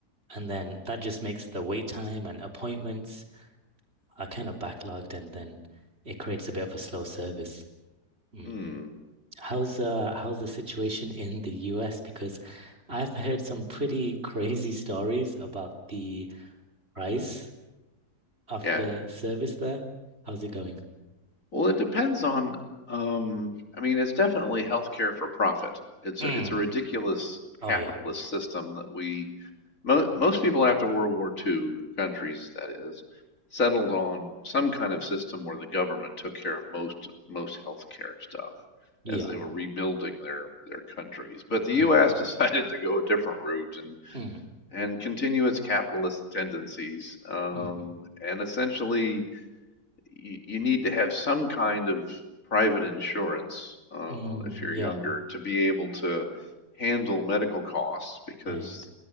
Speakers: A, on the right; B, on the left.
A: And then that just makes the wait time and appointments are kind of backlogged, and then it creates a bit of a slow service. Mm.
B: Hmm.
A: How's uh how's the situation in the US? Because I've heard some pretty <laughs> crazy stories about the price of
B: Yeah.
A: the service there. How's it going?
B: Well, it depends on, um, I mean, it's definitely healthcare for profit. It's
A: Mm.
B: a, it's a ridiculous
A: Oh
B: capitalist
A: yeah.
B: system that we, mo most people after World War II, countries that is, settled on some kind of system where the government took care of most most healthcare stuff
A: Yeah.
B: as they were rebuilding their their countries. But the
A: Mm-hmm.
B: US <laughs> decided to go a different route and
A: Mm.
B: and continue its capitalist tendencies, um,
A: Mm-hmm.
B: and essentially you, you need to have some kind of private insurance uh,
A: Mm.
B: if you're
A: Yeah.
B: younger to be able to handle medical costs because
A: Dang.